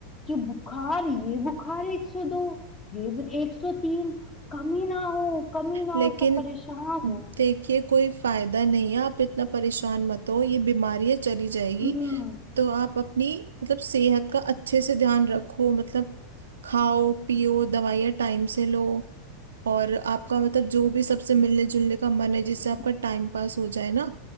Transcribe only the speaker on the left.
कि बुखार ये बुखार 102 ये 103 कमी ना हो कमी ना
हो सब परेशान
हम्म
जी